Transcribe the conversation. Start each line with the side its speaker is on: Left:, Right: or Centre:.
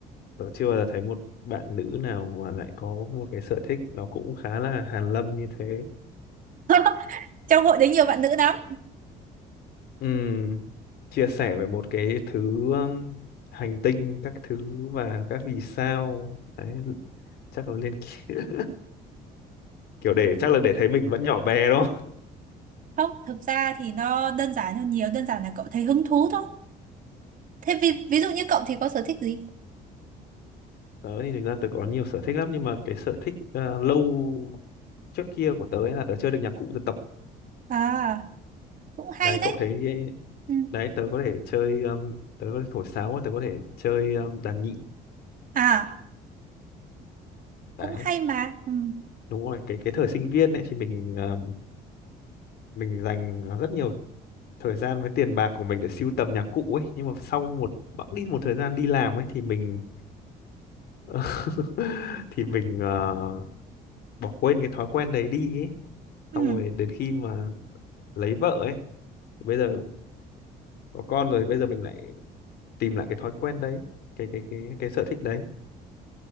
Left: Tớ chưa bao giờ thấy một bạn nữ nào mà lại có một cái sở thích nó cũng khá là hàn lâm như thế.
Right: <laughs> Trong hội đấy nhiều bạn nữ lắm.
Left: Ừm, chia sẻ về một cái thứ um, hành tinh, các thứ và các vì sao. Đấy, chắc là lên ki- <laughs> kiểu để chắc là để thấy mình vẫn nhỏ bé đúng không?
Right: Không, thực ra thì nó đơn giản hơn nhiều, đơn giản là cậu thấy hứng thú thôi. Thế ví, ví dụ như cậu thì có sở thích gì?
Left: Tớ thì thực ra tớ có nhiều sở thích lắm nhưng mà cái sở thích ờ, lâu trước kia của tớ ấy là tớ chơi được nhạc cụ dân tộc.
Right: À, cũng hay
Left: Đấy,
Right: đấy.
Left: cậu thấy
Right: Ừ.
Left: đấy tớ có thể chơi um, tớ có thể thổi sáo và tớ có thể chơi um, đàn nhị.
Right: À, cũng
Left: Đấy
Right: hay mà. Ừ.
Left: đúng rồi cái cái thời sinh viên ấy thì mình ờ, mình dành rất nhiều thời gian với tiền bạc của mình để sưu tầm nhạc cụ ấy nhưng mà sau một bẵng đi một thời gian đi làm ấy thì mình <laughs> thì mình ờ, bỏ quên cái thói quen đấy đi ấy
Right: Ừ.
Left: xong rồi đến khi mà lấy vợ ấy bây giờ có con rồi bây giờ mình lại tìm lại cái thói quen đấy cái cái cái cái sở thích đấy